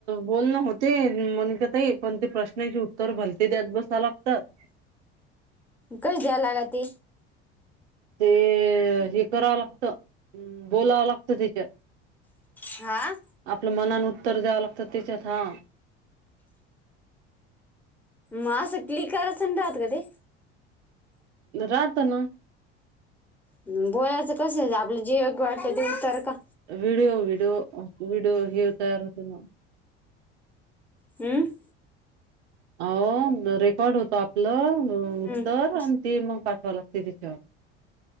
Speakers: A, on the right (about 85°); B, in the centre.
A: बोलण होत ते मोनिकाताई, पण ते प्रश्नाचे उत्तर भलते द्यात बसा लागतात
B: कय दया लागती?
A: ते हे करावं लागतं, अम् बोलावं लागतं त्याच्या
B: हा, आ
A: आपलं, मनानं उत्तर द्यावं लागतं त्याच्यात, हा
B: म असं क्लिक कराचण राहत का ते?
A: राहत ना?
B: हंम, बोलायचं कसं, आपलं जे योग्य वाटतय ते उतर का?
A: व्हिडिओ- व्हिडिओ-विडिओ हे उत्तर आलं त मग
B: हम्म
A: अहो रेकॉर्ड होतो आपलं उत्तर,
B: हम्म
A: अन ते मग पाठवा लागते त्याच्याव